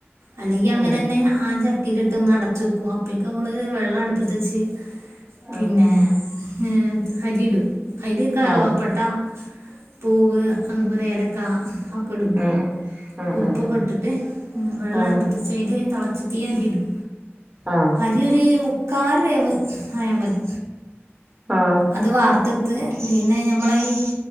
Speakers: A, on the right; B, on the right.
A: അല്ലെങ്കിൽ അങ്ങനെ
B: ഉം
A: തന്നെ ആ ചക് ട്ടിയിലിട്ട് ഒന്നടച്ച് വയ്ക്കും അപ്പോഴേക്ക് നമ്മള് വെള്ളം അടുപ്പത്ത് വച്ച് പിന്നെ
B: ഉം
A: ആ അരിടും അയില് കറവപ്പട്ട
B: ആഹ്
A: പൂവ് അതുപോലെ ഏലക് <unintelligible> ആഒക്കെ ഇടും ട്ടോ
B: ഉം ഉം ഉം
A: ഉപ്പൊക്കെ
B: ഉം ഉം ഉം
A: ഇട്ടിട്ട് വെള്ളം
B: ഉം
A: അടുപ്പത്ത് വെച്ചയില് തെള അപ്പത്തേയരിടും
B: ആഹ്
A: അരിയൊര് മുക്കാ കാൽ വേവ് ആയാ മതി
B: ആഹ്
A: അത് വാർത്തെടുത്ത് പിന്നെ ഞമ്മളെ ഈ